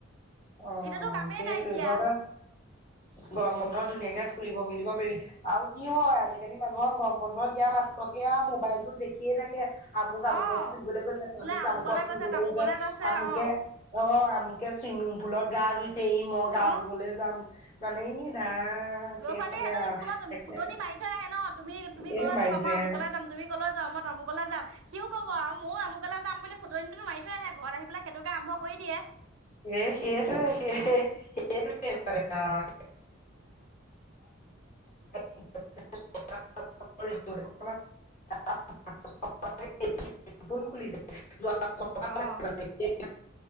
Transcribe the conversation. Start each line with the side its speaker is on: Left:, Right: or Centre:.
Left: অ',
Right: এতিয়াতো কামেই
Left: সেইটোৱে
Right: নাইকিয়া।
Left: তহঁতৰ গৰম বন্ধ ধুনীয়াকে ফুৰিব মেলিব পাৰিবি আৰু কি হয় আজিকালি মানুহক গৰম বন্ধ দিয়া মাত্ৰকে- এয়া মোবাইলটোত দেখিয়ে থাকে- আমুক আমুকত
Right: অ
Left: ফুৰিবলৈ গৈছে তামুক
Right: বোলে আমুকলে
Left: তামুকত ফুৰিবলৈ
Right: তামুকলে
Left: গৈছে আমুকে
Right: অ
Left: অ আ মুকে চুইমিং পুলত গা ধুইছে সি। এই মই গা
Right: অ
Left: ধুবলৈ যাম মানে ই ৰাম।
Right: ল'ৰা
Left: সেইখনে
Right: ছোৱালীয়ে সেইটো
Left: আও
Right: স্কুলত
Left: তাকে
Right: ফুটনি মাৰি থৈ আহে ন। তুমি তুমি
Left: এই
Right: কলৈ
Left: মাৰি
Right: যাবা
Left: ধৰে
Right: মই আমুকলে
Left: আও
Right: যাম তুমি কলৈ যাবা মই তামুকলৈ যাম সিও ক'ব মইও আমুকলৈ যাম বুলি ফুটনিটো মাৰি থৈ আহে ঘৰত আহি পেলাই সেইটোকে আৰম্ভ দিয়ে।
Left: সেই সেইটো সেই সেইটোৱেই মানে আও <unintelligible>
Right: <unintelligible>
Left: <unintelligible> <unintelligible> খুলি <unintelligible>
Right: অ